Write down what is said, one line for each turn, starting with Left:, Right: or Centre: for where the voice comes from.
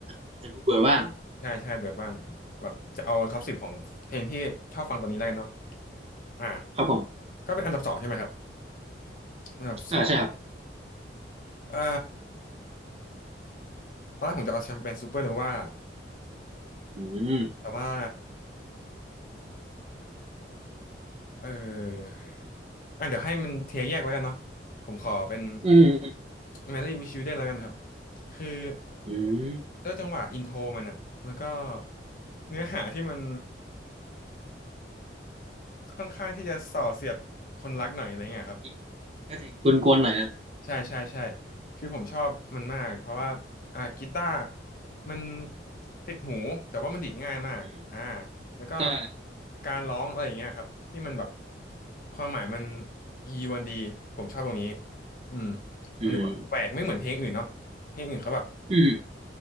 Right: อาจจะเบื่อบ้าง
Left: ใช่ใช่เบื่อบ้างแบบจะเอาท็อปสิบของเพลงที่ชอบฟังตอนนี้แล้วกันเนาะอ่า
Right: ครับผม
Left: ก็เป็นอันดับสองใช่ไหมครับอันดับสอง
Right: อ่าใช่ครับ
Left: เอ่อตอนแรกผมจะเอาแชมเปญซูเปอร์โนวา
Right: อืม
Left: แต่ว่า เอออ่ะเดี๋ยวให้มันเทียร์แยกแล้วกันเนาะผมขอเป็น
Right: อืม
Left: Marry with Children แล้วกันนะครับ คือ
Right: อืม
Left: ด้วยจังหวะอินโทรมันอะ แล้วก็เนื้อหาที่มันค่อนข้างที่จะส่อเสียดคนรักหน่อยอะไรเงี้ยครับ
Right: อืมก็จริงกวนๆหน่อยนะ
Left: ใช่ใช่ใช่คือผมชอบมันมากเพราะว่าอ่ากีตาร์มันติดหูแต่ว่ามันดีดง่ายมากอ่า
Right: อืม
Left: แล้วก็
Right: ใช่
Left: การร้องอะไรอย่างเงี้ยครับที่มันแบบความหมายมันยีวันดีผมชอบตรงนี้อืม
Right: อืม
Left: มันดูแบบแปลกไม่เหมือนเพลงอื่นเนาะเพลงอื่นเขาแบบ
Right: อืม